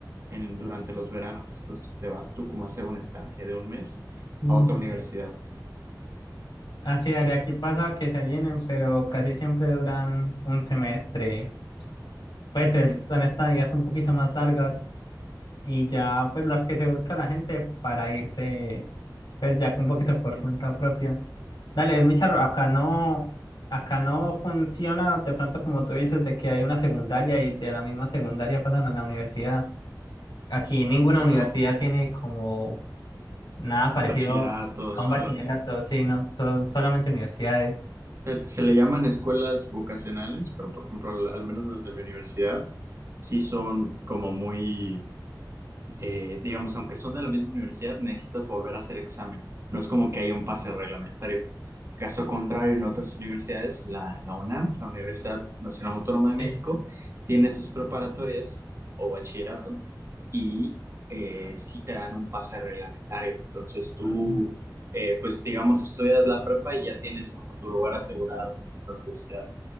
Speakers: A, on the right; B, on the left.
A: en, durante los veranos. Entonces te vas tú como a hacer una estancia de un mes
B: Mm,
A: a otra universidad.
B: ve. Ah, sí, dale, aquí pasa que se vienen, pero casi siempre duran un semestre. Pues
A: Mm,
B: es- son estadías un poquito más largas. Y ya, pues las que se busca la gente para irse, pues ya con un poquito por
A: sí.
B: cuenta propia. Dale, es muy charro. Acá no, acá no funciona de pronto como tú dices, de que hay una secundaria y de la misma secundaria pasan a la universidad. Aquí ninguna
A: Ah,
B: universidad
A: pero
B: tiene como nada parecido
A: bachillerato
B: a
A: o
B: un bachillerato,
A: algo así.
B: sí, no, son solamente universidades.
A: Se, se le llaman escuelas vocacionales, pero por ejemplo, al, al menos las de mi universidad, sí son como muy eh, digamos, aunque son de la misma universidad, necesitas volver a hacer examen. No es como que haya un pase reglamentario. Caso contrario, en otras universidades, la, la UNAM, la Universidad Nacional Autónoma de México,
B: Sí.
A: tiene sus preparatorias o bachillerato y eh, sí te dan un pase reglamentario. Entonces tú,
B: Ah,
A: eh, pues digamos, estudias la prepa y ya tienes como tu lugar asegurado en la universidad.